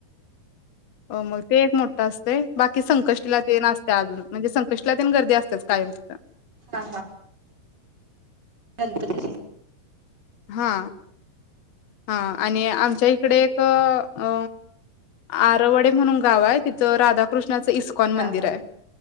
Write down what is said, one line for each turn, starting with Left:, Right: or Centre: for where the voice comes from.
Left: हो मग ते एक मोठ्ठ असतय. बाकी संकष्टीला ते नासते अजून म्हणजे संकष्.. गर्दी अस <unintelligible> कायम तिथं.
Right: हा गणपती स <unintelligible>
Left: हा. हा आणि आमच्या इकडे एक अ आरवडे म्हणून गाव आहे तिथं राधाकृष्ण कृष्णाचं इस्कॉन मंदिर
Right: हा हा
Left: आहे.